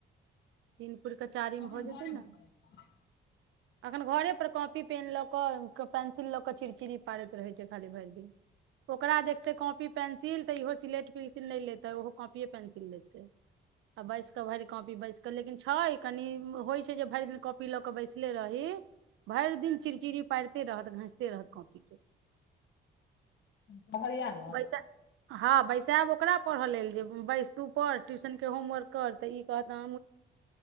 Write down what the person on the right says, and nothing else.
तीन पुरिके चारिम
भऽ
जेतै न
एखन घरे पर कॉपी पेन लऽ कऽ पेंसिल लऽ कऽ चिड़चिड़ी पारैत रहय छै खाली भरि दिन ओकरा देखते कॉपी पेन्सिल तऽ इहो सिलेट पेंसिल नहि लेेतै ओहो कॉपीे पेंसिल लेतै आ बैस के भरि कॉपी बैस लेकिन छै कनि होई छै जे भरि दिन कॉपी लऽ कऽ बैसले रही भरि दिन चिड़चिड़ी पारि रहत घसिते रहत कॉपी के
बैसा हँ बैसायब ओकरा पढ़य लेल जे बैस तू पढ़ ट्यूशन के होमवर्क कर तऽ ई कहत हँ